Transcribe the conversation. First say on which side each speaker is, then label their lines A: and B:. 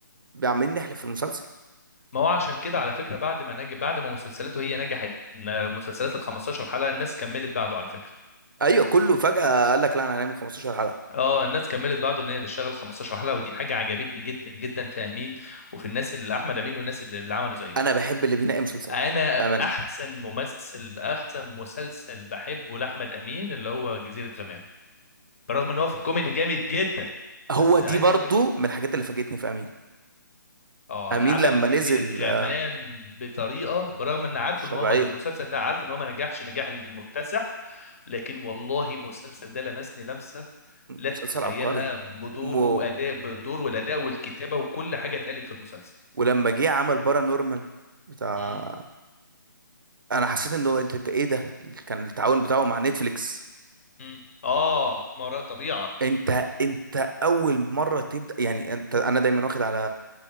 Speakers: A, on the right; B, on the left.
A: ب- عمالين نحلف في المسلسل
B: ما هو عشان كده على فكره بعد ما نجح بعد ما مسلسلاته هي نجحت ن- مسلسلات ال 15 حلقه الناس كملت بعده على فكره
A: ايوه كله فجأة قال لك لا انا هنعمل 15 حلقة
B: اه الناس كملت بعده ان هي تشتغل 15 حلقه ودي حاجه عجبتني جدا جدا في امين وفي الناس اللي احمد امين والناس اللي اللي عملوا زيه
A: انا بحب اللي بينقي مسلسلاته
B: انا
A: بأمانة
B: احسن ممثل احسن مسلسل بحبه لاحمد امين اللي هو جزيره غمام برغم ان هو في الكوميدي جامد جدا
A: هو
B: بس
A: دي
B: عايز
A: برضو
B: اقول
A: من الحاجات اللي فاجئتني في امين
B: اه
A: امين
B: عمل
A: لما
B: جزيرة
A: نزل
B: غمام
A: آه،
B: بطريقة برغم ان عارفه
A: مش
B: ان
A: طبيعية
B: هو المسلسل ده عارف ان هو ما نجحش نجاح المكتسح لكن والله المسلسل ده لمسني لمسة لا
A: مسلسل
B: تتخيلها
A: عبقري
B: بدوره
A: و...
B: واداء بدوره والاداء والكتابة وكل حاجة اتقالت في المسلسل
A: ولما جه عمل بارا نورمال بتاع
B: امم
A: انا حسيت انه انت إنت ايه ده كان التعاون بتاعه مع نتفليكس
B: امم اه ما وراء طبيعة
A: انت انت اول مرة تبدأ يعني انت انا دايما واخد على